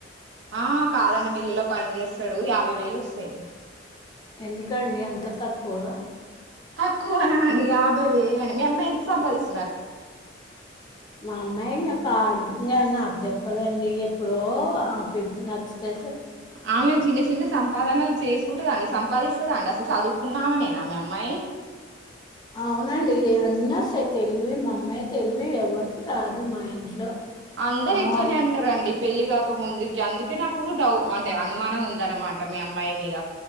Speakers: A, on the right (about 75°); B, on the left (about 25°).
A: ఆ కాదండి మిల్లులో పని చేస్తడు యాభై వేలు వస్తయి
B: ఎందుకండి అంత తక్కువ
A: తక్కువనా అండి యాభై వేలు అండి మీ అమ్మాయి ఎంత సంపాదిస్తది
B: మా అమ్మాయి ఒక <unintelligible> ఇంగ నాకు చెప్పదండి ఎప్పుడో ఆమెకు నచ్చుతే
A: ఆమె చిన్న చిన్న సంపాదనలు చేసుకుంటదాండి సం పాదిస్తదా అండి అసలు సదువుకున్నామెనేన మీ అమ్మాయి
B: అవునండి అన్నోస్తయ్ తెలివి మా అమ్మాయి తెలివి ఎవ్వరికి రాదు మా ఇంట్లో
A: అందరు
B: ఆమ
A: ఇట్లనే అంటరండి పెళ్లి కాక ముందుకి అందుకే నాకు డౌ అంటే అనుమానం ఉందన్నమాట మీ అమ్మాయి మీద